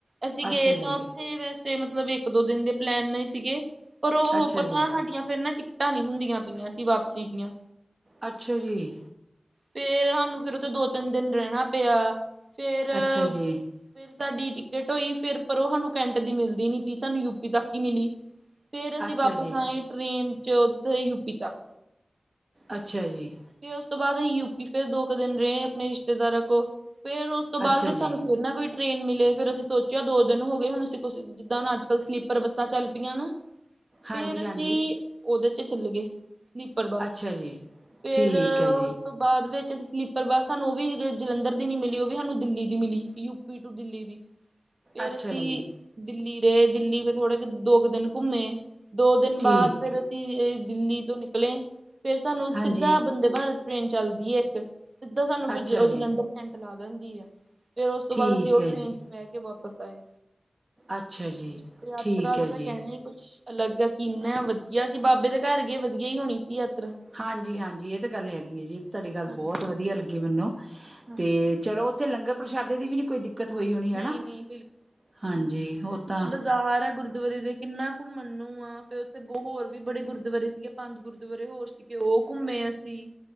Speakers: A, on the right (about 55°); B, on the right (about 35°).
A: ਅਸੀਂ
B: ਅੱਛਾ
A: ਗਏ
B: ਜੀ
A: ਤਾਂ ਅਸੀ ਵੈਸੇ ਮਤਲਬ ਇੱਕ-ਦੋ ਦਿਨ ਦੇ ਪਲੈਨ ਨਾਲ ਈ ਸੀਗੇ ਪਰ ਓਹੋ
B: ਅੱਛਾ
A: ਪਤਾ
B: ਜੀ
A: ਸਾਡੀ ਫੇਰ ਨਾ ਟਿਕਟਾਂ ਨੀ ਹੁੰਦੀਆਂ ਪਈਆਂ ਸੀ ਵਾਪਸੀ ਦੀਆਂ।
B: ਅੱਛਾ ਜੀ।
A: ਫੇਰ ਸਾਨੂੰ ਫੇਰ ਓਥੇ ਦੋ-ਤਿੰਨ ਦਿਨ ਰੈਨਾ ਪਿਆ, ਫੇਰ
B: ਅੱਛਾ ਜੀ
A: ਫੇਰ ਸਾਡੀ ਟਿਕਟ ਹੋਈ ਫੇਰ ਪਰ ਓ ਸਾਨੂੰ ਕੈਂਟ ਦੀ ਮਿਲਦੀ ਨੀ ਪਈ ਸਾਨੂੰ ਯੂਪੀ ਤੱਕ ਈ ਮਿਲੀ। ਫੇਰ ਅਸੀਂ
B: ਅੱਛਾ
A: ਵਾਪਸ
B: ਜੀ
A: ਆਏਂ ਟਰੇਨ ਚ ਓਦੇ ਤੇ ਯੂਪੀ ਤੱਕ
B: ਅੱਛੇਆ ਜੀ।
A: ਫੇਰ ਓਸ ਤੋਂ ਬਾਦ ਅਸੀਂ ਯੂਪੀ ਫਿਰ ਦੋ ਕੁ ਦਿਨ ਰਏ ਆਪਨੇ ਰਿਸ਼ਤੇਦਾਰਾਂ ਕੋਲ। ਫੇਰ ਓਸ ਤੋਂ ਬਾਦ
B: ਅੱਛਾ
A: ਵਿੱਚ
B: ਜੀ
A: ਸਾਨੂੰ ਫਿਰ ਨਾ ਕੋਈ ਟ੍ਰੇਨ ਮਿਲੇ ਫੇਰ ਅਸੀਂ ਸੋਚੇਆ ਦੋ ਦਿਨ ਹੋਗੇ ਹੁਨ ਅਸੀਂ ਕੁ ਜਿੱਦਾਂ ਹੁਨ ਅੱਜ -ਕੱਲ ਸਲੀਪਰ ਬੱਸਾਂ ਚੱਲ ਪਈਆਂ ਨਾ,
B: ਹਾਂਜੀ
A: ਫੇਰ
B: ਹਾਂਜੀ
A: ਓਦੇ ਚ ਚੱਲਗੇ ਸਲੀਪਰ ਬੱਸ
B: ਅੱਛਾ
A: ਚ,
B: ਜੀ
A: ਫੇਰ
B: ਠੀਕ
A: ਓਸ
B: ਹੈ ਜੀ
A: ਓਸ ਤੋਂ ਬਾਦ ਵਿੱਚ ਅਸੀ ਸਲੀਪਰ ਬੱਸ ਸਾਨੂੰ ਓ ਵੀ ਜਲੰਧਰ ਦੀ ਨੀ ਮਿਲੀ ਓ ਵੀ ਸਾਨੂੰ ਦਿੱਲੀ ਦੀ ਮਿਲੀ, ਯੂਪੀ ਟੂ ਦਿੱਲੀ ਦੀ ਫੇਰ
B: ਅੱਛਾ
A: ਅਸੀਂ
B: ਜੀ
A: ਦਿੱਲੀ ਰਏ, ਦਿੱਲੀ ਫੇਰ ਥੋੜੇ ਕ ਦੋ ਕੁ ਦਿਨ ਘੁੰਮੇ, ਦੋ ਦਿਨ
B: ਠੀਕ
A: ਬਾਦ ਫੇਰ ਅਸੀਂ ਦਿੱਲੀ ਤੋਂ ਨਿਕਲੇ, ਫੇਰ ਸਾਨੂੰ ਸਿੱਧਾ
B: ਹਾਂਜੀ
A: ਵੰਦੇ ਭਾਰਤ ਟ੍ਰੇਨ ਚੱਲਦੀ ਐ ਇੱਕ, ਸਿੱਦਾ ਸਾਨੂੰ ਫੇਰ
B: ਅੱਛਾ
A: ਓ
B: ਜੀ
A: ਜਲੰਧਰ ਕੈਂਟ ਲਾਅ ਦੀ ਆ। ਫੇਰ ਓਸ ਤੋਂ
B: ਠੀਕ
A: ਬਾਦ ਅਸੀਂ ਓ
B: ਹੈ
A: ਟ੍ਰੇਨ
B: ਜੀ
A: ਚ ਬੈ ਕੇ ਵਾਪਸ ਆਏ।
B: ਅੱਛਾ ਜੀ
A: ਯਾਤਰਾ
B: ਠੀਕ
A: ਦਾ
B: ਹੈ
A: ਤਾਂ
B: ਜੀ
A: ਕੈਨੀ ਕੁਛ ਅਲੱਗ ਐ ਕਿੰਨਾ ਵਦੀਆ ਸੀ ਬਾਬੇ ਦੇ ਘਰ ਗਏ ਵਦੀਆ ਈ ਹੋਨੀ ਸੀ ਯਾਤਰਾ।
B: ਹਾਂਜੀ-ਹਾਂਜੀ ਏ ਤਾਂ ਗੱਲ ਹੈਗੀ ਐ ਜੀ ਏ ਤਾਂ ਤਾਡੀ ਗੱਲ
A: ਹਾਂਜੀ
B: ਬੋਤ ਵਦੀਆ ਲੱਗੀ ਮੈਨੂੰ,
A: ਹਾਂਜੀ
B: ਤੇ ਚਲੋ ਓਥੇ ਲੰਗਰ ਪ੍ਰਸ਼ਾਦੇ ਦੀ ਵੀ ਨੀ ਕੋਈ ਦਿੱਕਤ ਹੋਈ ਹੋਨੀ ਹੈਨਾ,
A: ਨਹੀਂ-ਨਹੀਂ
B: ਹਾਂਜੀ ਓ ਤਾਂ
A: ਸਾਰਾ ਗੁਰਦੁਆਰੇ ਦੇ ਕਿੰਨਾ ਘੁੰਮਣ ਨੂੰ ਆ ਫੇਰ ਓਥੇ ਬਹੁ ਹੋਰ ਵੀ ਬੜੇ ਗੁਰਦੁਆਰੇ ਸੀਗੇ ਪੰਜ ਗੁਰਦੁਆਰੇ ਹੋਰ ਸੀਗੇ ਓ ਘੁੰਮੇ ਅਸੀਂ।